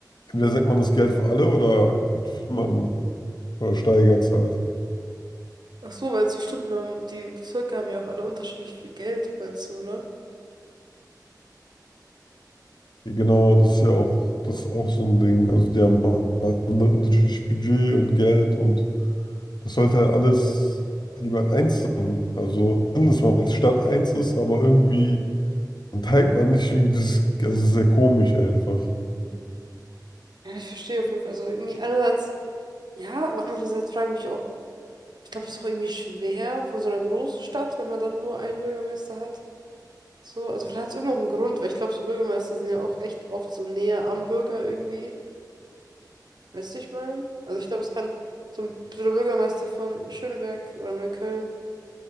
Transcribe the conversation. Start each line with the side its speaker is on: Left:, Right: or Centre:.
Left: entweder senkt man das Geld für alle oder halt für jemanden oder steigert es halt.
Right: Ach so, weil es so stimmt, ne, die Bezirke haben ja auch alle unterschiedlich viel Geld, meinst du, oder?
Left: Genau, das ist ja auch, das ist auch so ein Ding. Also die haben andere unterschiedliches Budget und Geld und das sollte halt alles lieber eins sein. Also, schön, dass man als Stadt eins ist, aber irgendwie, dann teilt man nicht irgendwie das, also das ist sehr komisch einfach.
Right: Mhm. Ja, ich verstehe auf jeden Fall. Also irgendwie einerseits ja, aber andererseits frage ich mich auch, ich glaube, es ist auch irgendwie schwer von so einer großen Stadt, wenn man dann nur einen Bürgermeister hat. So, also vielleicht hat es irgendwo auch einen Grund, weil ich glaube, so Bürgermeister sind ja auch echt oft so näher am Bürger irgendwie. Weißt du, ich meine? Also ich glaube, es kann so ein so der Bürgermeister von Schöneberg oder Neukölln